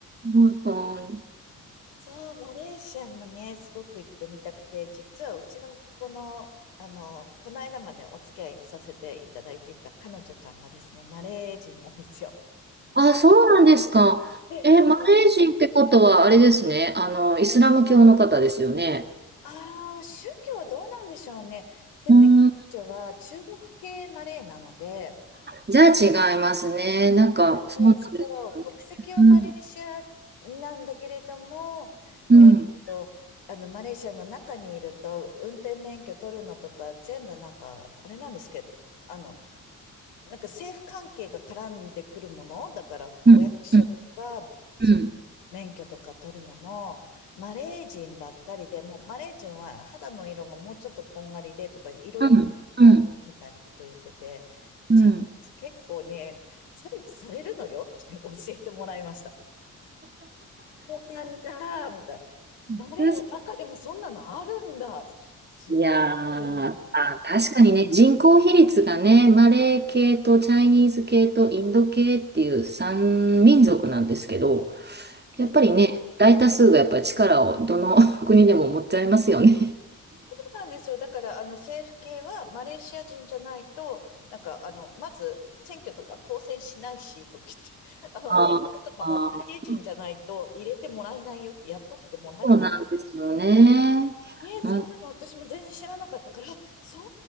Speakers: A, on the right; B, on the left.
A: うん、うん
B: そう、マレーシアにもね、すごく行ってみたくて、実はうちのこ子の、あの、この間までお付き合いさせていただいていた彼女ちゃんがですね、マレー人なんですよ。
A: あ、そうなんですか。
B: <laughs> うんで、
A: え、マレー人ってことはあれですね。あの、イスラム教の方ですよね。
B: ああ、宗教はどうなんでしょうね。でもね、
A: うん、
B: 彼女は中国系マレーなので、
A: じゃあ違いますね。なんか、そうなんですよね。
B: うん、そう、国籍はマレーシアなんだけれども、
A: うん、うん、
B: えーっと、あの、マレーシアの中にいると、運転免許取るのとか、全部なんか、あれなんですけど、あの、なんか政府関係が絡んでくるもの、だからお役所とか、
A: うん、うん、
B: その免許とか取るのも、
A: うん、
B: マレー人ばっかりで、もうマレー人は肌の色がもうちょっとこんがりでとか、いろいろ違うからみたいなことを言ってて、
A: うん。うんう
B: チャイニーズ結構ね、差別されるのよって教えてもらいました。そうなんだ、みたいな。マレーの中でもそんなのあるんだ。
A: ん
B: すっ
A: いや
B: ごいあるなって言って。
A: ー、あ、確かにね、人口比率がね、マレー系とチャイニーズ系とインド系っていう3民族なんですけど、やっぱりね、
B: うん
A: 大多数がやっぱり力をどの <laughs> 国でも持っちゃいますよね。
B: なんですよ。だから、あの、政府系はマレーシア人じゃないと、なんか、あの、まず、選挙とか当選しないし、とか言って、<laughs> あの、
A: あーあー、
B: お役所とかもマレー人じゃないと入れてもらえないよって、雇ってもらえない。
A: そうなんですよね。
B: ええ、
A: うん、
B: そんなの私も全然知らなかったから、あそん